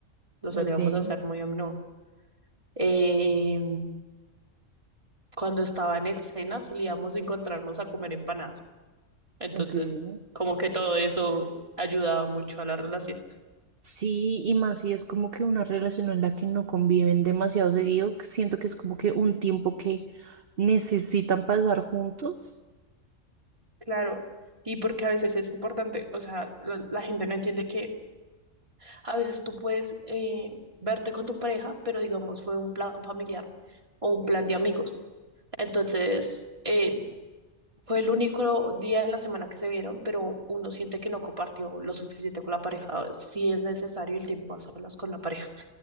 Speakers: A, on the right; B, on the right.
A: Lo solíamos
B: Okay,
A: hacer muy a menudo. Eh, cuando estaba en el Sena solíamos encontrarnos a comer empanadas. Entonces,
B: okay.
A: como que todo eso ayudaba mucho a la relación.
B: Sí, y más si es como que una relación en la que no conviven demasiado seguido, que siento que es como que un tiempo que necesitan pasar juntos.
A: Claro, y porque a veces es importante, o sea, la, la gente no entiende que a veces tú puedes eh, verte con tu pareja, pero digamos fue un plan familiar o un plan de amigos. Entonces, eh, Fue el único día en la semana que se vieron, pero uno siente que no compartió lo suficiente con la pareja, si es necesario el tiempo a solas con la pareja,